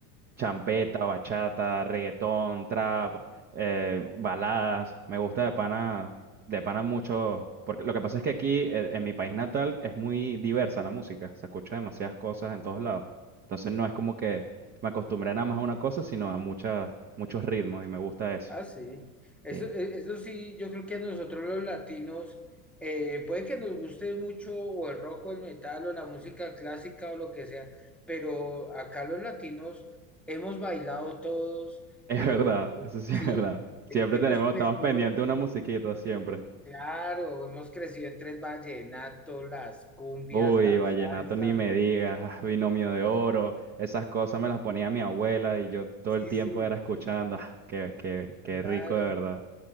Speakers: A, on the right; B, in the centre.
A: champeta, bachata, reggaetón, trap, eh, baladas. Me gusta de pana, de pana mucho, porque lo que pasa es que aquí, eh, en mi país natal, es muy diversa la música, se escucha demasiadas cosas en todos lados. Entonces no es como que me acostumbré nada más a una cosa, sino a muchas, muchos ritmos y me gusta eso.
B: Ah, sí. Eso,
A: Sí,
B: e-
A: <laughs>
B: eso sí, yo creo que a nosotros los latinos, eh, puede que nos guste mucho o el rock o el metal o la música clásica o lo que sea, pero acá los latinos hemos bailado todos,
A: es
B: eh,
A: verdad, eso sí
B: sí,
A: es verdad.
B: eh,
A: Siempre
B: hemos
A: tenemos,
B: crecido,
A: estamos pendientes de una musiquita, siempre.
B: claro, hemos crecido entre el vallenato, las cumbias,
A: Uy,
B: la
A: vallenato
B: salsa,
A: ni me digas, ah, binomio de oro, esas cosas me las ponía mi abuela y yo todo
B: sí,
A: el tiempo
B: sí,
A: era escuchando, ah, qué, qué, qué
B: claro.
A: rico de verdad.